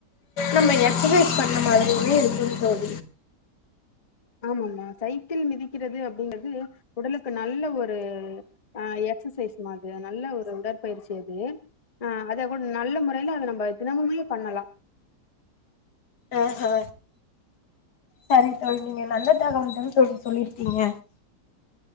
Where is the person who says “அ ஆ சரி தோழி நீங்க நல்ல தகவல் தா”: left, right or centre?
Left